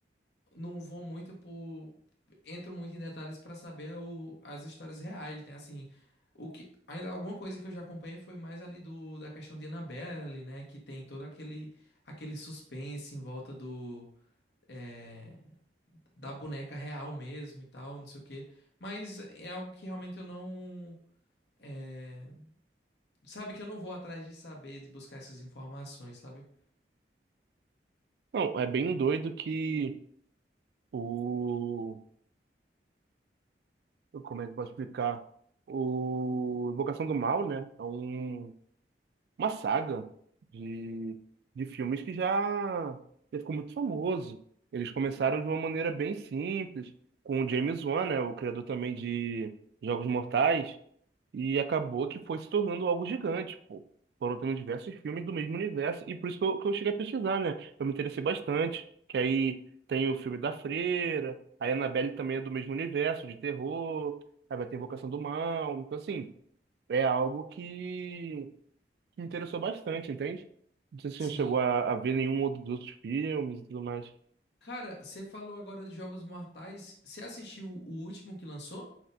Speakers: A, on the left; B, on the right.
A: não vou muito por. Entro muito em detalhes pra saber o- as histórias reais, né? Assim, o que. Ainda alguma coisa que eu já acompanhei foi mais ali do, da questão de Annabelle, né? Que tem todo aquele, aquele suspense em volta do. é, da boneca real mesmo e tal, não sei o quê. Mas é algo que realmente eu não. é, sabe que eu não vou atrás de saber, de buscar essas informações, sabe?
B: Não, é bem doido que o. Como é que eu posso explicar? O Invocação do Mal, né? É um uma saga de, de filmes que já, já ficou muito famoso. Eles começaram de uma maneira bem simples, com o James Wan, né, o criador também de Jogos Mortais, e acabou que foi se tornando algo gigante, pô. Foram tendo diversos filmes do mesmo universo, e por isso que eu, que eu cheguei a pesquisar, né? Eu me interessei bastante, que aí tem o filme da Freira, a Annabelle também é do mesmo universo, de terror, aí vai ter Invocação do Mal, então assim, é algo que me interessou bastante, entende? Não sei se
A: Sim.
B: você chegou a, a ver nenhum outro dos outros filmes e tudo mais.
A: Cara, você falou agora de Jogos Mortais. Você assistiu o último que lançou?